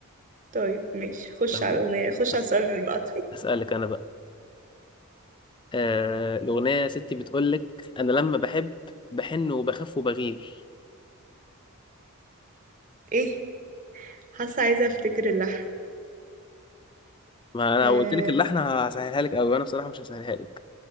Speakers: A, on the right; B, on the left.
A: طيب ماشي خش
B: تمام
A: على الأغنية خش
B: بس
A: على السؤال اللي بعده <laughs>
B: اسالك انا بقى آه الاغنيه يا ستي بتقول لك انا لما بحب بحن وبخاف وبغير
A: ايه حاسة عايزة أفتكر اللحن
B: ما انا
A: آه...
B: لو قلت لك اللحن هسهلها لك قوي وانا بصراحه مش هسهلها لك